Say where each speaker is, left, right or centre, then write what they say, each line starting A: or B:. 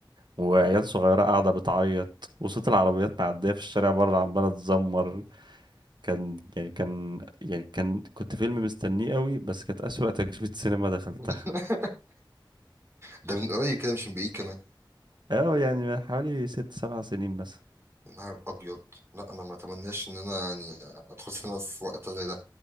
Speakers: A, on the right; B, on the right.
A: وعيال صغيرة قاعدة بتعيط وصوت العربيات معدية في الشارع بره عمالة تزمر كان يعني كان يعني كان كنت فيلم مستنيه قوي بس كانت أسوأ تجربة سينما دخلتها
B: <laughs> ده من قريب كده مش من بعيد كمان
A: اه يعني من حوالي ست سبع سنين مثلا
B: يا نهار أبيض لا أنا ما أتمناش إن أنا يعني أدخل سينما في وقت زي ده